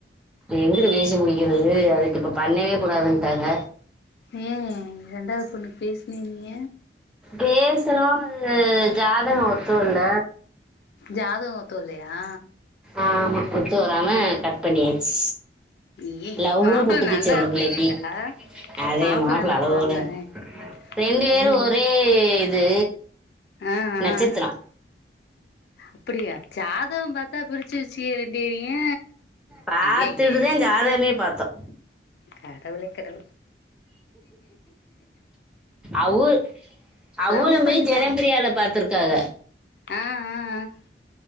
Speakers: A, in the centre; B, on the left (about 65°).
A: எங்குட்டு பேசி முடிக்கிறது அதுக்கு இப்ப பண்ணவே கூடாதுன்ட்டாங்க
B: ஏ ரெண்டாவது பொண்ணுக்கு பேசினேனீங்க
A: பேசணும் அது ஜாதக ஒத்து வர்ல
B: ஜாதக ஒத்து வர்லையா
A: ஆமா ஒத்து வராம கட் பண்ணியாச்சு
B: ஏய்
A: லவ்வும்
B: மாப்பிள்ள
A: புட்டுகிச்சு
B: நல்லா
A: அந்த
B: இருந்தானேக்கா
A: பிள்ளைக்கு அதே
B: மாப்பிள்ள
A: மாப்ள
B: நல்லா
A: அழகு போல
B: இருந்தானே
A: ரெண்டு
B: அதானே
A: பேரு ஒரே இது
B: ஆ ஆ
A: நட்சத்திறோ
B: அப்படியா ஜாதக பாத் தா பிரிச்சு வச்சிக ரெண்டு பேரையு
A: பார்த்துட்டு
B: ஐயயே
A: தான் ஜாதகமே பார்த்தோம்.
B: கடவுளே கடவு
A: அவ்வு அவ்லுமே
B: லவ் பண்ணுங்க
A: ஜனபிரியால பாத்துருக்காக
B: ஆ அ அ